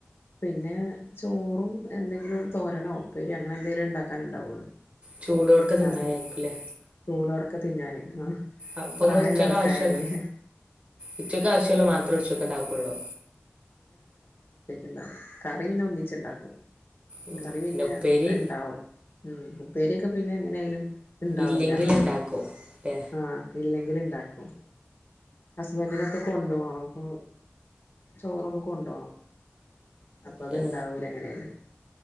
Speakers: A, on the left; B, on the right.
A: പിന്നെ ചോറും എന്തെങ്കിലും തോരനോ ഉപ്പേരി അങ്ങനെ എന്തേലും ഇണ്ടാക്കാനേ ഇണ്ടാവുള്ളൂ.
B: ചൂടോടൊക്കെ തിന്നാനായിരിക്കില്ലേ
A: അതെ. ചൂടോടെക്കെ തിന്നാന്. ആഹ്.
B: അപ്പം നിങ്ങൾ
A: പ്രായള്ള
B: ഉച്ചക്ക്
A: ആൾക്കാരല്ലേ?
B: ആവശ്യമുള്ള ഉച്ചക്ക് ആവശ്യ, ള്ള മാത്രേ ഉച്ചക്കിണ്ടാക്കൊള്ളൂ
A: ഇണ്ടാക്കും കറിപിന്നെ ഒന്നിച്ചെണ്ടാക്കും
B: ഉം
A: കറിപിന്നെ
B: പിന്നെ ഉപ്പേരി
A: എണ്ടാവും ഉം ഉപ്പേരിയൊക്കെ പിന്നെ എങ്ങനായാലും ഇണ്ടാവൂല.
B: ഇല്ലെങ്കിൽ ഉണ്ടാക്കും ഏ
A: ആ ഇല്ലെ ങ്കില്ണ്ടാക്കും. ഹസ്ബൻഡിനൊക്കെ കൊണ്ടു പോണം അപ്പൊ ചോറൊക്കെ കൊണ്ടു പോണം അപ്പൊ അത്
B: ഏ
A: ഇണ്ടാവൂല അങ്ങനെയില്